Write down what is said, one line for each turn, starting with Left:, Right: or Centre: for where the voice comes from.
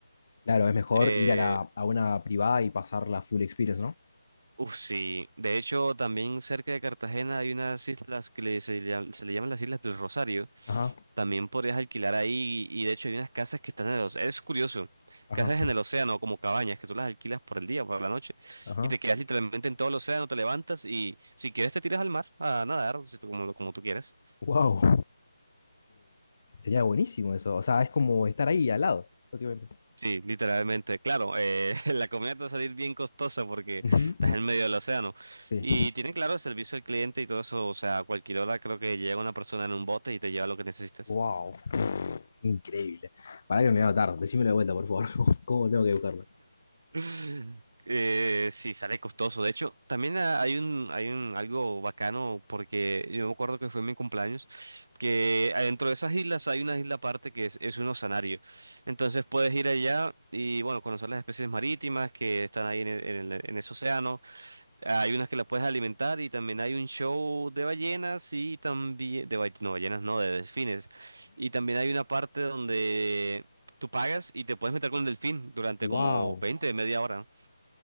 Left: Claro, es mejor
Right: Eh,
Left: ir a, la, a una privada y pasar la full experience, ¿no?
Right: uf, sí, de hecho también cerca de Cartagena hay unas islas que le- se, llam- se le llaman las Islas del Rosario
Left: Ajá,
Right: También podrías alquilar ahí y, y de hecho hay unas casas que están en el océano. Es curioso,
Left: ajá,
Right: casas en el océano como cabañas que tú las alquilas por el día, por la noche
Left: ajá.
Right: y te quedas literalmente en todo el océano, te levantas y si quieres te tiras al mar a nadar, si tú- como, como tú quieres.
Left: Wow. sería buenísimo eso. O sea, es como estar ahí al lado, básicamente.
Right: Sí, literalmente, claro, eh, <laughs> la comida te va a salir bien costosa porque
Left: Ujú.
Right: estás en medio del océano.
Left: Sí.
Right: Y tienen claro el servicio al cliente y todo eso, o sea, a cualquier hora creo que llega una persona en un bote y te lleva lo que necesites.
Left: Wow, increíble. Para que no me voy a notar, decímelo de vuelta, por favor. <laughs> ¿Cómo tengo que buscarlo?
Right: <laughs> Eh, sí, sale costoso. De hecho, también ah, hay un, hay un algo bacano porque yo me acuerdo que fue en mi cumpleaños, que adentro de esas islas hay una isla aparte que es, es un oceanario. Entonces puedes ir allá y bueno, conocer las especies marítimas que están ahí en, el- en el- en ese océano. Hay unas que las puedes alimentar y también hay un show de ballenas y también de ba- no, ballenas no, de delfines. Y también hay una parte donde tú pagas y te puedes meter con el delfín durante
Left: Wow.
Right: como veinte media hora.